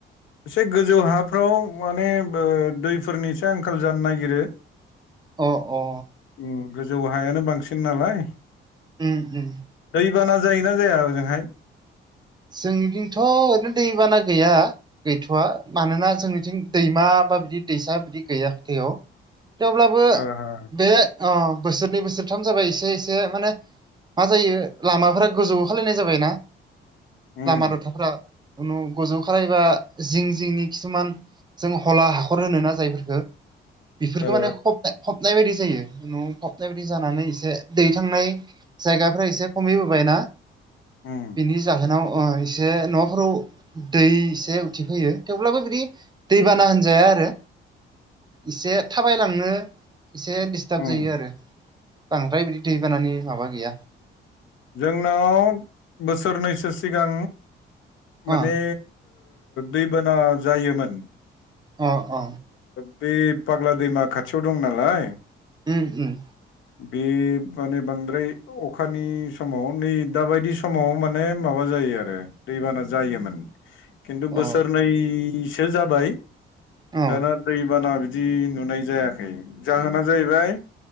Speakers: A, on the left; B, on the right.
A: एसे गोजौ हाफ्राव माने दैफोरनि एसे आंखाल जानो नागिरो
B: अ अ
A: उम गोजौ हायानो बांसिन नालाय
B: उम उम
A: दैबाना जायोना जाया ओजोंहाय
B: जोंजोंथ' ओरैनो दैबाना गैया गैथ'वा मानोना जोंनिथिं दैमा बा बिदि दैसा बिदि गैया खाथियाव थेवब्लाबो
A: ओ हो
B: बे बोसोरनै बोसोर मोनथाम जाबाय एसे एसे माने मा जायो लामाफोरा गोजौ खानाय जाबायनाा
A: उम
B: लामा दथाफ्रा खुनु गजौ खाायबा जिं जिंनि खिसुमान जों हला हाखर होनोना जायफोरफोरखौ बेफोरखौ
A: ओ
B: माने खब फबनाय बायदि जायो न'आव फबनाय बायदि जानानै एसे दैथांनाय जायगाफ्रा एसे खमैबोबायना
A: उम
B: बिनि जाहोनाव एसे न'फोराव दै एसे उथिफैयो थेवब्लाबो बिदि दैबाना होनजाया आरो एसे थाबायलांनो इसे दिडिस्टार्ब
A: उम
B: जायो आरो बांद्राय बिदि दैबानानि माबा गैया
A: जोंनाव बोसोरनैसो सिगां माने
B: अ
A: दैबाना जायोमोन।
B: अ अ
A: बे फाग्ला दैमा खाथियाव दं नालाय
B: उम उम
A: <inaudible> बे माने बांद्राय अखानि समाव नै दाबायदि समाव माने माबा जायो आरो दैबाना जायोमोन खिन्थु बोसोरनैसो
B: अ
A: जाबाय।
B: अ
A: दाना दैबाना बिदि नुनाय जायाखै जाहोना जाहैबाय